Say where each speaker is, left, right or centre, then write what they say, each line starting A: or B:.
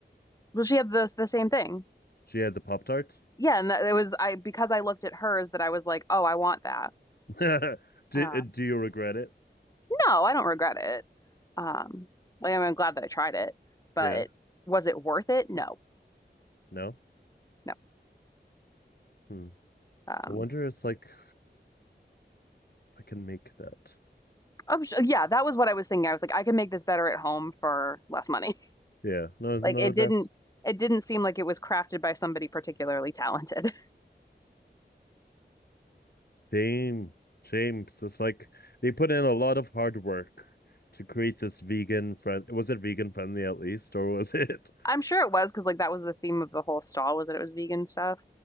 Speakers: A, on the left (about 20°); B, on the left (about 60°).
A: Well, she had the the same thing.
B: She had the Pop Tart.
A: Yeah, and that, it was I because I looked at hers that I was like, oh, I want that.
B: <laughs> Do
A: Uh,
B: do you regret it?
A: no, I don't regret it. Um, like, I mean, I'm glad that I tried it, but
B: Yeah.
A: was it worth it? No,
B: No.
A: no.
B: Hmm.
A: Um,
B: I wonder. It's like if I can make that.
A: I'm su- yeah, that was what I was thinking. I was like, I can make this better at home for less money. <laughs>
B: Yeah. No. No.
A: Like it
B: That's
A: didn't it didn't seem like it was crafted by somebody particularly talented.
B: Same, James. It's just like they put in a lot of hard work to create this vegan friend. Was it vegan friendly at least, or was it? <laughs>
A: I'm sure it was because like that was the theme of the whole stall was that it was vegan stuff.